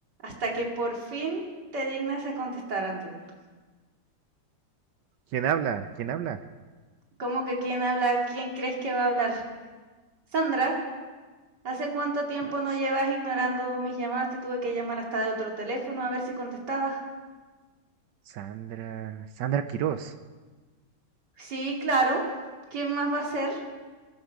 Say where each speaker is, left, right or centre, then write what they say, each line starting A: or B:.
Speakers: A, on the right; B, on the right.
A: Hasta que por fin te dignas a contestar, Anthony.
B: ¿Quién habla? ¿Quién habla?
A: ¿Cómo que quién habla? ¿Quién crees que va a hablar? Sandra, ¿hace cuánto tiempo
B: Ah,
A: no
B: S-
A: llevas ignorando mis llamadas? Te tuve que llamar hasta de otro teléfono a ver si contestabas.
B: Sandra, Sandra Quirós.
A: Sí, claro. ¿Quién más va a ser?